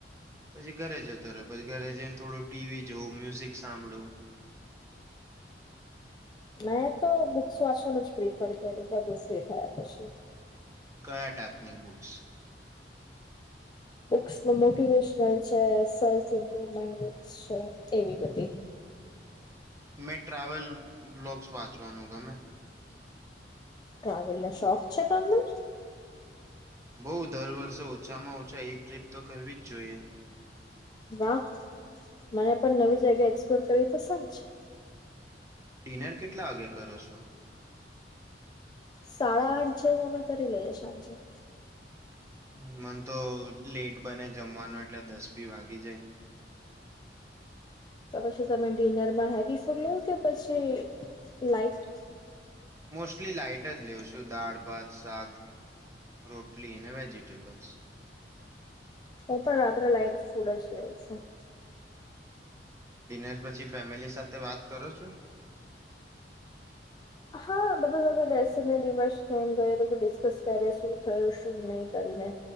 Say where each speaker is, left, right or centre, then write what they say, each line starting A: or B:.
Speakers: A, on the right; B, on the left.
A: પછી ઘરે જતો રહો પછી ઘરે જઈને થોડું ટીવી જોવું મ્યુઝિક સાંભળું.
B: મેં તો બુક્સ વાંચનું જ પ્રિફર કરું બધું ફ્રી થયા પછી.
A: કયા ટાઈપની બુક્સ છે?
B: બુક્સ ની મોટિવેશનલ છે સેલ્ફ ઇમ્પ્રુવમેન્ટ બુક્સ છે એવી બધી.
A: મેં ટ્રાવેલ બ્લોક્સ વાંચવાનું ગમે.
B: ટ્રાવેલ નો શોખ છે તમને?
A: બવ દર વર્ષે ઓછામાં ઓછા એક ટ્રીપ તો કરવી જ જોઈએ.
B: વાહ મને પણ નવી જગ્યા એક્સપ્લોર કરવી પસંદ છે.
A: ડિનર કેટલા વાગે કરો છો?
B: સાડા આઠ જેવું અમે કરી લઈએ સાંજે.
A: હ મન તો લેટ બને જમવાનું એટલે દસ બી વાગી જાય.
B: તો પછી તમે ડિનરમાં હેવી ફૂડ લેવ કે પછી લાઈટ?
A: મોસ્ટલી લાઈટ જ લેઉ છું દાળ ભાત શાક. રોટલી અને વેજીિટેબલ્સ.
B: હું પણ રાત્રે લાઈટ ફૂડ જ લેઉ છું.
A: ડિનર પછી ફેમિલી સાથે વાત કરો છો?
B: હા બધા સાથે બેસીને દિવસ કેમ ગયો ડિસ્કસ કરે શું થયું શું નહી કરીને.